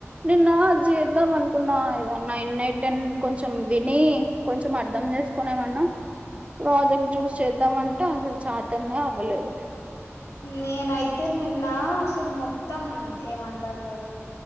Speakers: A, on the right; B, on the left.
A: నిన్న అద్ చేద్దాం అనుకున్నా ఏదో నైన్ <unintelligible> టెన్ కొంచెం విని కొంచెం అర్ధం చేసుకునేమన్న ప్రాజెక్ట్ చూస్ చేద్దాంటే అసలు చాతనే అవ్వలేదు
B: నేనైతే నిన్న అసలు మొత్తం ఏమంటారు